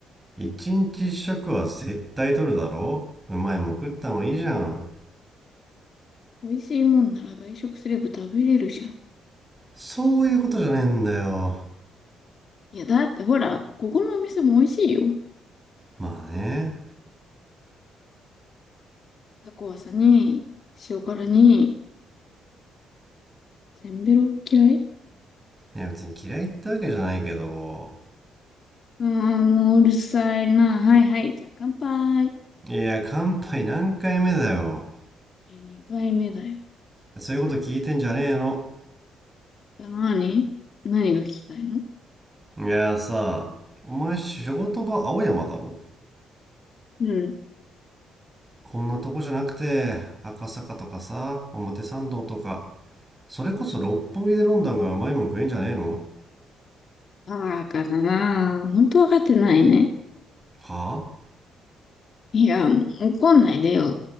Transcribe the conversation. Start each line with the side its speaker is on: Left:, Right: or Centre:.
Right: 一日一食は絶対取るだろううまいもん食ったのはいいじゃん。
Left: 美味しいもんなら外食すれば食べれるじゃん。
Right: そういうことじゃねえんだよ。
Left: いや、だってほら、ここのお店も美味しいよ。
Right: まあね。
Left: タコワサに、塩辛に、せんべろ嫌い
Right: いや別に嫌いってわけじゃないけど、
Left: ああもううるさいな。はいはい。じゃあ乾杯。
Right: いや、乾杯何回目だよ。
Left: いや、二回目だよ。
Right: そういうこと聞いてんじゃねえの。
Left: じゃあ何何が聞きたいの
Right: いやさ、お前仕事場青山だろ
Left: うん。
Right: こんなとこじゃなくて、赤坂とかさ、表参道とか、それこそ六本木で飲んだ方が甘いもん食えんじゃねえの
Left: バカだな。本当わかってないね。
Right: はあ
Left: いや、もう怒んないでよ。